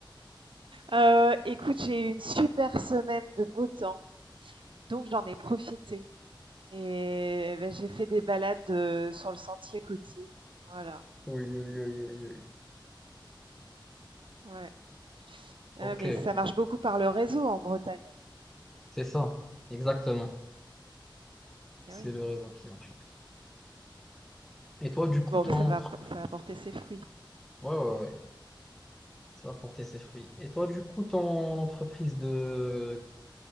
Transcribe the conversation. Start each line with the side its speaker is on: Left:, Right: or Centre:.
Right: Heu, écoute, j'ai eu une super semaine de beau temps, donc j'en ai profité et bah, j'ai fait des balades, heu, sur le sentier côtier. Voilà,
Centre: Oui, oui, oui, oui, oui.
Right: ouais.
Centre: Ok,
Right: Ah mais ça marche beaucoup par le réseau en Bretagne.
Centre: c'est ça. Exactement. C'est
Right: Eh oui.
Centre: le raisin qui en change. Et toi, du coup,
Right: Bon,
Centre: ton
Right: mais ça
Centre: entreprise.
Right: va ça a porté ses fruits.
Centre: Ouais, ouais, ouais. Ça va porter ses fruits. Et toi, du coup, ton entreprise de